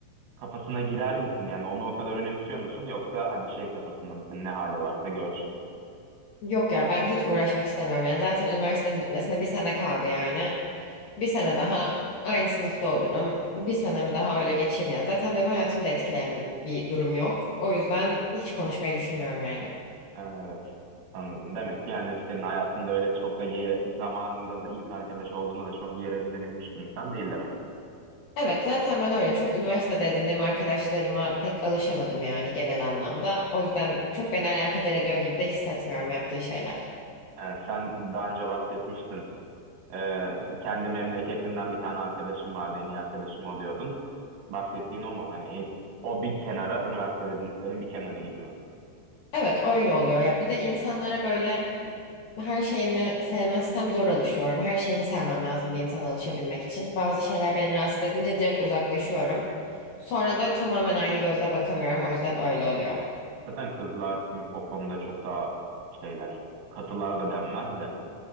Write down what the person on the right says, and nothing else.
kafasına girer misin? Yani onu o kadar önemsiyor musun? Yoksa hani şey kafasında mısın ne hali varsa görsün
Ha, Evet, anladım. Demek ki yani senin hayatında öyle çok da yer, zamanında da ilk arkadaş olduğunda da çok yer edinebilmiş bir insan değil demek.
Ee, sen daha önce bahsetmiştin. Ee, kendi memleketinden bir tane arkadaşım vardı, en iyi arkadaşım o diyordun. Bahsettiğin o mu? Hani en- o bir kenara, üniversite dediklerin bir kenarı gibi mi?
Zaten kızlar o konuda çok daha şeyler. Katılar da denmez de.